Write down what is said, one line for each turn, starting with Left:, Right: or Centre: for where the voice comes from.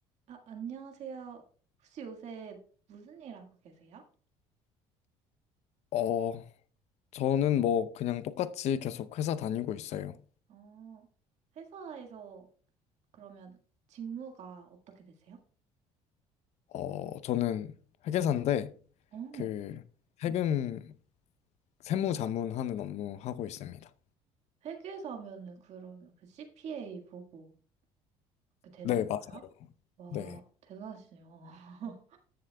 Right: 아, 안녕하세요. 혹시 요새 무슨 일 하고 계세요?
Left: 어, 저는 뭐 그냥 똑같이 계속 회사 다니고 있어요.
Right: 어, 회사에서 그러면 직무가 어떻게 되세요?
Left: 어, 저는 회계사인데
Right: 어,
Left: 그 세금 세무자문하는 업무 하고 있습니다.
Right: 회계사 하면은 그러면 그 CPA 보고 그렇게 되는
Left: 네,
Right: 건가요?
Left: 맞아요.
Right: 와,
Left: 네,
Right: 대단하시네요. <laughs>